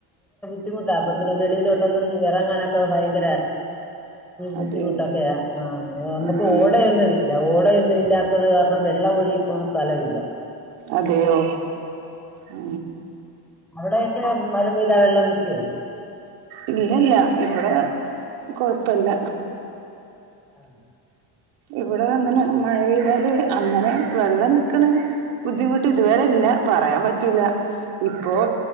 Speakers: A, in the centre; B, on the right.
A: ബുദ്ധിമുട്ടാ അപ്പൊ പിന്നെ വെളിയിലോട്ടൊന്നും ഇറങ്ങാണൊക്കെ ഭയങ്കര ബുദ്ധിമുട്ടൊക്കെയ
B: അതെ
A: ആ നമുക്ക്
B: ആഹ്
A: ഓടയൊന്നും ഇല്ല ഓടൊന്നുമ ഇല്ലാത്ത ത് കാരണം വെള്ള ഒഴി ഇപ്പൊന്നും സ്ഥലമില്ല
B: അതെയോ ഉ
A: അവിടെയൊക്കെ മരം പെയ്താ വെള്ളം നിക്കുവോ
B: ഇല്ലല്ല ഇവിടെ കൊഴപ്പല്ല
A: ആ
B: ഇവിടെ അങ്ങനെ മഴ പെയ്താല് അങ്ങനെ വെള്ളം നിക്കണ ബുദ്ധിമുട്ട് ഇതുവരെല്ല പറയാൻ പറ്റൂല ഇപ്പോ